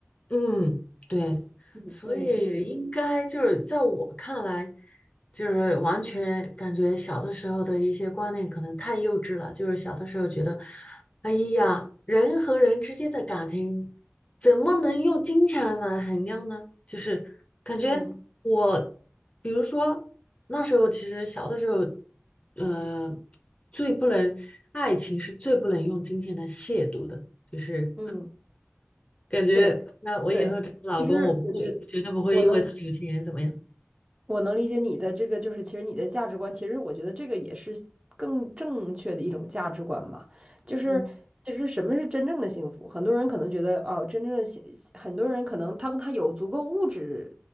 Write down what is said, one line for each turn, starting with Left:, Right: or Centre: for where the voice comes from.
Left: 嗯，对，
Right: 嗯嗯嗯
Left: 所以应该就是在我看来，就是完全感觉小的时候的一些观念可能太幼稚了。就是小的时候觉得，哎呀，人和人之间的感情怎么能用金钱来衡量呢？就是感觉我，
Right: 嗯
Left: 比如说那时候其实小的时候，呃，最不能，爱情是最不能用金钱来亵渎的，就是。
Right: 嗯，
Left: 感觉那我以后找个老公，
Right: 对对，其实我觉得
Left: 我不会，绝对不会因为他有钱怎么样。
Right: 我能。我能理解你的这个，就是其实你的价值观，其实我觉得这个也是更正确的一种价值观吧。就是其实什么是真正的幸福？
Left: 嗯
Right: 很多人可能觉得哦，真正的幸，很多人可能当他有足够物质